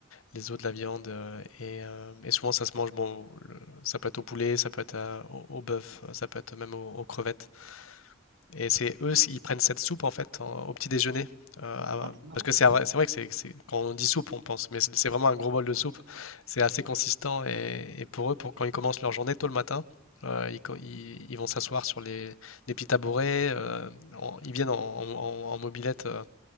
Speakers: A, on the left (about 80°); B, on the right (about 55°).
A: les os de la viande euh, et, euh, et souvent ça se mange bon, le- ça peut être au poulet, ça peut être à- au, au bœuf, euh, ça peut être même aux, aux crevettes. Et c'est eux, ils prennent cette soupe en fait en- au petit déjeuner. Euh, à-
B: Ah, c'est marrant.
A: parce que c'est vrai, c'est vrai que c'est, c'est- quand on dit soupe, on pense, mais c'est c'est vraiment un gros bol de soupe. C'est assez consistant et, et pour eux, pour, quand ils commencent leur journée tôt le matin, euh, ils, co- ils- ils vont s'asseoir sur les, les petits tabourets. euh, en- ils viennent en, en, en en mobilette euh,